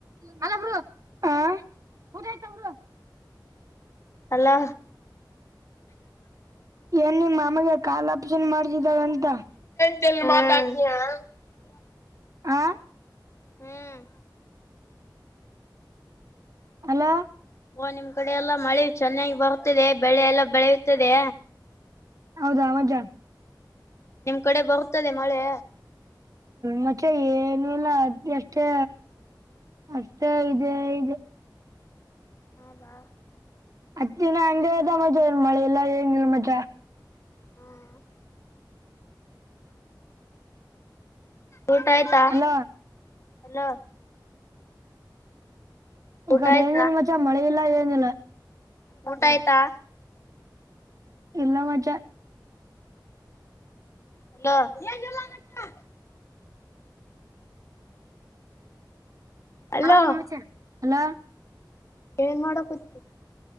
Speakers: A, on the right; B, on the left.
A: ಹಲೋ ಬ್ರೋ ಹ್ಮ ಊಟ ಆಯ್ತ ಬ್ರೋ.
B: ಹಲೋ.
A: ಏನ್ ನಿಮ್ಮ ಮಾಮಗೆ ಕಾಲ್ ಆಪರೇಷನ್ ಮಾಡ್ಸಿದಾಳ ಅಂತ.
B: <unintelligible>
A: ಹಾ.
B: ಹ್ಮ್.
A: ಹಲೋ.
B: ಓ ನಿಮ್ ಕಡೆ ಎಲ್ಲಾ ಮಳೆ ಚೆನ್ನಾಗಿ ಬರುತ್ತದೆ ಬೆಳೆ ಎಲ್ಲಾ ಬೆಳೆಯುತ್ತದೆ.
A: ಹೌದಾ ಮಜಾ.
B: ನಿಮ್ ಕಡೆ ಬರುತ್ತದೆ ಮಳೆ.
A: ಮಚ್ಚಾ ಏನು ಇಲ್ಲ ಎಷ್ಟೇ. ಅಷ್ಟೇ ಇದೆ ಇದೆ.
B: ಹೌದಾ.
A: ಹತ್ತು ದಿನ ಹಂಗೆ ಇದೆ ಮಚ್ಚಾ ಇಲ್ಲಿ ಮಳೆ ಎಲ್ಲಾ ಏನಿಲ್ಲ ಮಚ್ಚಾ.
B: ಹ್ಮ ಊಟ ಆಯ್ತಾ
A: ಅಲ್ಲ
B: ಹಲೋ.
A: ಈ
B: ಊಟ
A: ಕಡೆ
B: ಆಯ್ತಾ
A: ಏನಿಲ್ಲ ಮಚಾ ಮಳೆ ಇಲ್ಲ ಏನಿಲ್ಲ.
B: ಊಟ ಆಯ್ತಾ.
A: ಇಲ್ಲ ಮಚಾ.
B: ಹಲೋ ಏನಿಲ್ಲ ಮಚಾ. ಅಲೋ
A: ಆರಾಮ ಮಚಾ ಹಲೋ.
B: ಏನ್ ಮಾಡಕುಂತಿ.